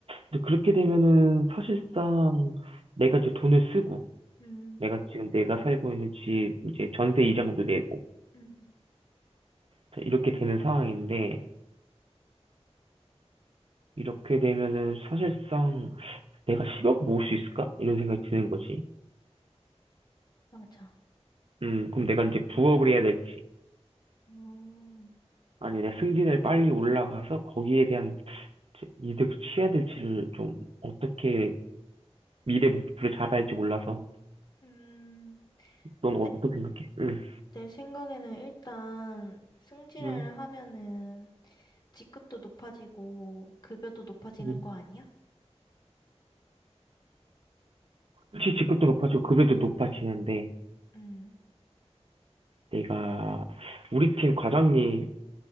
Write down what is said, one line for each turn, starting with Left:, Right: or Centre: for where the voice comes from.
Right: 근데 그렇게 되면은 사실상 내가 이제 돈을 쓰고,
Left: 음,
Right: 내가 지금 내가 살고 있는 집, 이제 전세 이자금도 내고,
Left: 음,
Right: 자, 이렇게 되는 상황인데, 이렇게 되면은 사실상 내가 10억 모을 수 있을까? 이런 생각이 드는 거지.
Left: 맞아.
Right: 음, 그럼 내가 이제 부업을 해야 될지,
Left: 어.
Right: 아니면 내가 승진을 빨리 올라가서 거기에 대한 이득 취해야 될지를 좀 어떻게 미래 목표를 잡아야 할지 몰라서
Left: 음,
Right: 넌 어떻게
Left: 내,
Right: 생각해? 응.
Left: 내 생각에는 일단 승진을
Right: 응
Left: 하면은 직급도 높아지고 급여도 높아지는
Right: 응
Left: 거 아니야?
Right: 그직히 직급도 높아지고 급여도 높아지는데
Left: 음,
Right: 내가 우리 팀 과장님